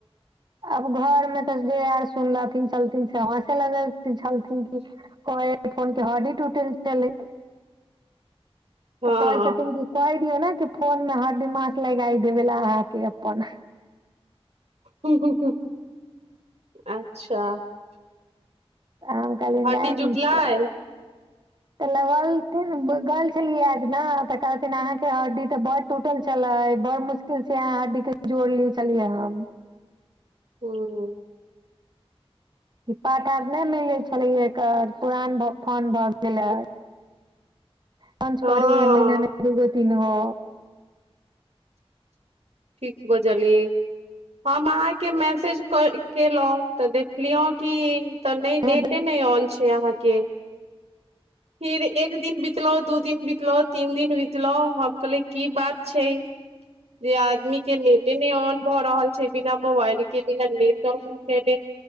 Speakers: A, on the right (about 45°); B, on the right (about 80°).
A: आब घर मे तऽ जे आर सुनलथिन से हॅंसय लगय छलथिन की। कहै <unintelligible> फोन के हडी टूटल छलै।
B: हँ
A: तऽ कहै छथिन कि कहि दियौ ने कि फोन मे हरडिमास लगाइ देबे ले अहाँके अपन।
B: हूँ, हूँ, हूँ। अच्छा
A: तऽ हम कहलियै
B: हड्डी
A: नहि नै
B: जुटलै
A: कर- तऽ लगेलथिन गेल छलियै आज ने तऽ कहथिन अहाँके हड्डी तऽ बड- टूटल छलै बड़ मुश्किल से अहाँ हड्डी के जोड़ ले छलियै हम।
B: हूँ।
A: ई पार्ट आर नहि मिले छल्लै कऽ पुरान फोन भए गेलेै। पंच
B: हँ
A: करैये महिने मे दूगो तीन गो।
B: ठीक बजलियै। हम आहाँके मैसेज कऽ केलौ तऽ देखलियौ की- तऽ नै
A: हँ
B: नेटे
A: हँ
B: नहि ऑन छै अहाँके। फिर एक दिन बितलौ, दू दिन बितलौ, तीन दिन बितलौ हम कहलियै की बात छै। जे आदमी के नेटे नै औन भऽ रहल छै बिना मोबाइल के बिना नेट औन केने।